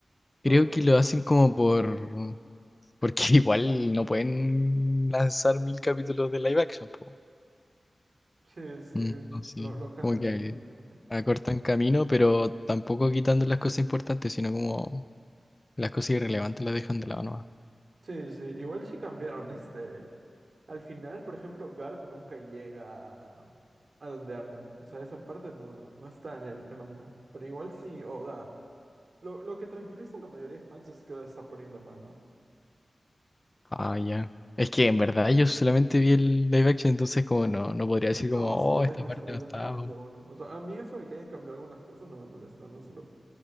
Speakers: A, on the left; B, on the right.
A: creo
B: no me preocupa.
A: que lo hacen como por... Porque <laughs> igual no pueden lanzar mil capítulos de live action, po.
B: Sí, sí,
A: Mm, no sé,
B: lo, lo cambian
A: como que
B: definitivamente.
A: acortan camino, pero tampoco quitando las cosas importantes, sino como las cosas irrelevantes las dejan de lado nomás.
B: Sí, sí, igual sí cambiaron <laughs> este. Al final, por ejemplo, Garp nunca llega a, a donde andan. O sea, esa parte no, no, no está en el manga. Pero igual sí, Oda. Lo, lo que tranquiliza a la mayoría de fans es que Oda está poniendo mano.
A: Ah, ya. Es que en verdad yo solamente vi el live action, entonces como no, no podría decir
B: No,
A: como, oh,
B: sí, live
A: esta parte
B: action es
A: no
B: definitivamente
A: está. o-
B: bueno. O sea, a mí eso de que hayan cambiado algunas cosas no me molestó, no se